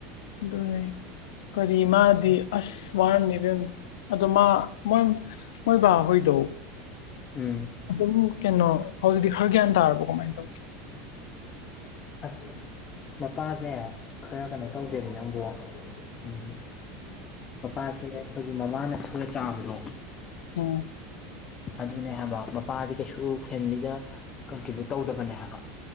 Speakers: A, on the left; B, on the left.
A: ꯑꯗꯨ ꯀꯔꯤ ꯃꯥꯗꯤ ꯑꯁ ꯋꯥꯔꯝꯅꯤ ꯏꯕꯦꯝꯃꯥ ꯑꯗꯣ ꯃꯥ ꯃꯣꯏ ꯃꯣꯏ ꯕꯥꯍꯣꯏꯗꯣ
B: ꯎꯝ
A: ꯑꯗꯨꯝ ꯀꯩꯅꯣ ꯍꯧꯖꯤꯛꯇꯤ ꯈꯔ ꯒ꯭ꯌꯥꯟ ꯇꯥꯔꯕꯣ ꯀꯃꯥꯏꯅ ꯇꯧꯒꯦ
B: ꯑꯁ ꯃꯄꯥꯁꯦ ꯈꯔ ꯀꯩꯅꯣ ꯇꯧꯗꯦꯕ ꯅꯪꯕꯨ ꯎꯝ ꯃꯄꯥꯁꯦ ꯑꯩꯈꯣꯏꯒꯤ ꯃꯃꯥꯅ ꯁꯨꯔ ꯆꯥꯕꯗꯣ
A: ꯑꯣ
B: ꯑꯗꯨꯅꯦ ꯍꯥꯏꯕ ꯃꯄꯥꯗꯤ ꯀꯩꯁꯨ ꯐꯦꯃꯤꯂꯤꯗ ꯀꯟꯇ꯭ꯔꯤꯕ꯭ꯌꯨꯠ ꯇꯧꯗꯕꯅꯦ ꯍꯥꯏꯕ